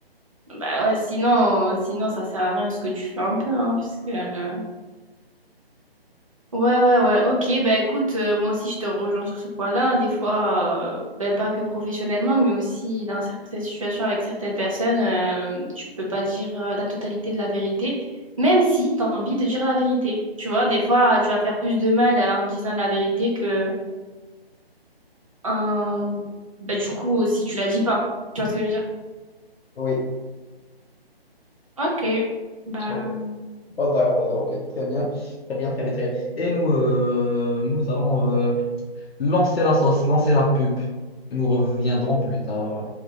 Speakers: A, on the right; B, on the left.
A: Bah ouais, sinon, sinon, ça sert à rien ce que tu fais un peu, hein, parce que... euh, Ouais, ouais, ouais. Ok, bah écoute, euh, moi aussi je te rejoins sur ce point-là. hein. Des fois, euh, ben, pas que professionnellement, mais aussi dans certaines situations avec certaines personnes, euh, tu peux pas dire euh, la totalité de la vérité, même si tu as envie de dire la vérité. Tu vois, des fois, tu vas faire plus de mal euh, en disant la vérité que en- ben, du coup, si tu la dis pas. Tu vois ce que je veux dire?
B: Oui,
A: Ok, bah.
B: ok. Bon, t'as- ok, très bien. Très bien, très bien, très bien. Et nous, euh, nous allons euh, lancer la sauce, lancer la pub. Nous reviendrons plus tard.